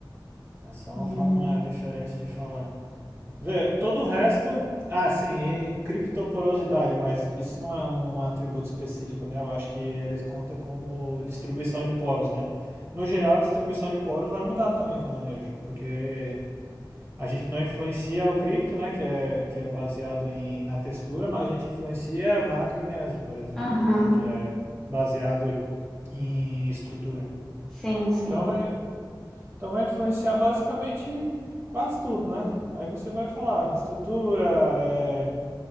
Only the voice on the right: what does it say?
É só
uma forma diferente de falar. Vê, todo o resto. Ah, sim, e criptoporosidade, mas isso não é um atributo específico, né? Eu acho que ele conta como distribuição de poros, né? No geral, a distribuição de poros vai mudar também com o manejo, porque a gente não influencia o cripto, né? Que é, que é baseado em, na textura, mas a gente influencia macro e meso, por exemplo,
né? Que é baseado em estrutura.
Então vai, então vai influenciar basicamente quase tudo, né? Aí você vai falar estrutura, é,